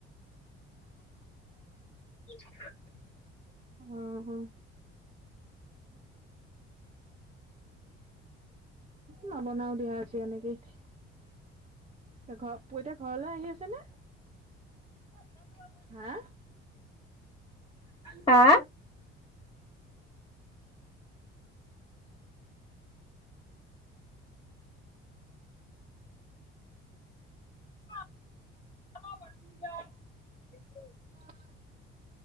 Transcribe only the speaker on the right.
<inaudible>
উম -উম নবনাও দিয়া এনেকেই ঠিক। ঘৰ <inaudible> ঘৰলৈ আহি আছে নে। হা?
<unintelligible>